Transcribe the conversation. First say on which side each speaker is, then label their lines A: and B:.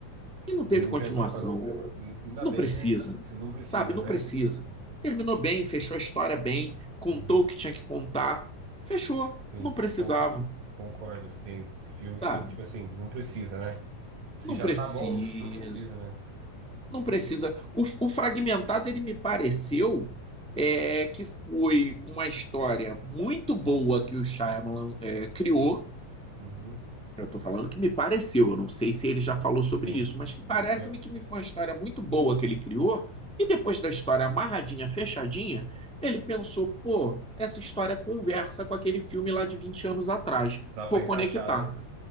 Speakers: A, in the centre; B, on the right.
A: e não teve
B: E não
A: continuação.
B: tentou fazer. E- Ainda
A: Não
B: bem,
A: precisa,
B: né? Você não precisa,
A: sabe? Não
B: né?
A: precisa. Terminou bem, fechou a história bem, contou
B: Uhum.
A: o que tinha que contar, fechou.
B: Sim,
A: Não precisava,
B: con- concordo. Tem filme
A: sabe?
B: que tem que, tipo assim, não precisa, né? Se
A: Não
B: já
A: precisa.
B: tá bom, não precisa, né?
A: Não precisa. O, o fragmentado, ele me pareceu é, que foi uma história muito boa que o Shyamalan é, criou,
B: Uhum.
A: Eu estou falando que me pareceu, eu não sei se ele já falou sobre
B: Sim,
A: isso, mas que parece-me
B: eu,
A: que me foi uma história muito boa que ele criou. E depois da história amarradinha, fechadinha, ele pensou: pô, essa história conversa com aquele filme lá de 20 anos atrás.
B: dá pra
A: Vou
B: encaixar,
A: conectar,
B: né?